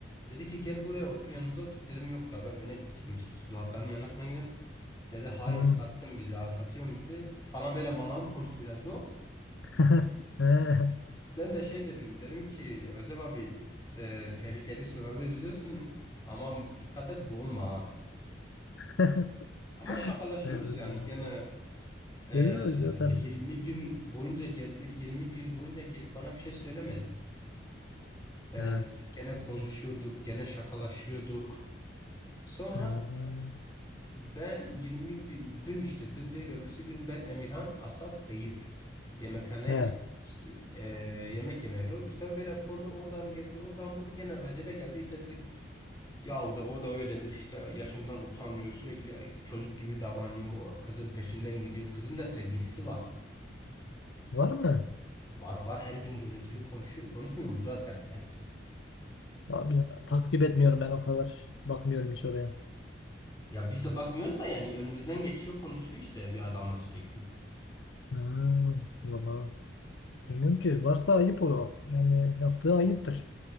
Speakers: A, on the left; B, on the left.
A: Dedi ki gel buraya otur yanımıza otur. Dedim yok ya ben öne gideceğim. Zuhal'ların yanına falan gideceğim. Dedi hain
B: hmm.
A: sattın bizi ha satıyorsun bizi falan böyle manalı konusu biraz o.
B: <laughs> Ha.
A: Ben de şey dedim. Dedim ki Recep abi e, tehlikeli sularda yüzüyorsun ama dikkat et boğulma ha.
B: <laughs>
A: Ama şakalaşıyoruz
B: Evet.
A: yani gene e,
B: görüyor zaten.
A: 20 gün boyunca geldi 20 gün boyunca gelip bana bir şey söylemedi. E,
B: He,
A: gene konuşuyorduk gene şakalaşıyorduk. Sonra
B: he,
A: Ben yirmi gü- dün işte dün değil öbürsü gün ben Emirhan Asaf Eyüp yemekhaneye
B: he.
A: gittik. E, yemek yemeyeli. İşte böyle konu oradan girdi oradan buldu gene Recep'e geldi İşte dedik yahu da o da öyledir işte yaşından utanmıyor sürekli çocuk gibi davranıyor o kızın peşinden gidiyor kızın da sevgilisi var.
B: Var mı?
A: Var var her gün görüntülü konuşuyor konuşmuyor mu zaten derste?
B: Abi, takip etmiyorum ben o kadar. Bakmıyorum hiç oraya.
A: Ya biz de bakmıyoruz da yani önümüzden geçiyor konuşuyor işte bir adamla sürekli.
B: Ha, valla. Bilmiyorum ki. Varsa ayıp o. Yani yaptığı ayıptır.